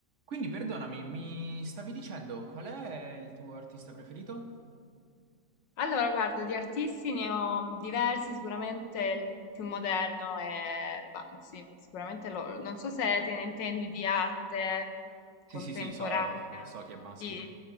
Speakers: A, on the right (about 50°); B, on the left (about 80°).
A: Quindi perdonami, mi stavi dicendo qual è il tuo artista preferito?
B: Allora, guarda, di artisti ne ho diversi, sicuramente il più moderno è Banksy, sicuramente lo- non so se te ne intendi di arte
A: Sì,
B: contemporanea.
A: sì, sì, so, so chi è Baschi.
B: Sì.